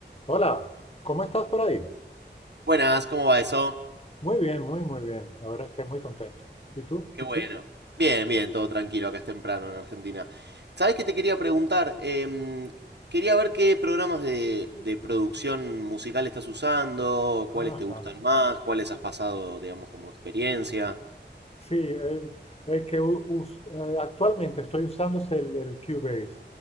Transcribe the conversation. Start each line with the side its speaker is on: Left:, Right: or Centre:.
Left: Hola, ¿cómo estás por ahí?
Right: Buenas, ¿cómo va eso?
Left: Muy bien, muy, muy bien. La verdad es que muy contento. ¿Y tú?
Right: Qué bueno. Bien, bien, todo tranquilo, acá es temprano en Argentina. ¿Sabés qué te quería preguntar? Em, quería ver qué programas de, de producción musical estás usando,
Left: Ajá.
Right: cuáles te gustan más, cuáles has pasado, digamos, como experiencia.
Left: Sí, el, el que u- us- eh, actualmente estoy usando es el, el Cubase,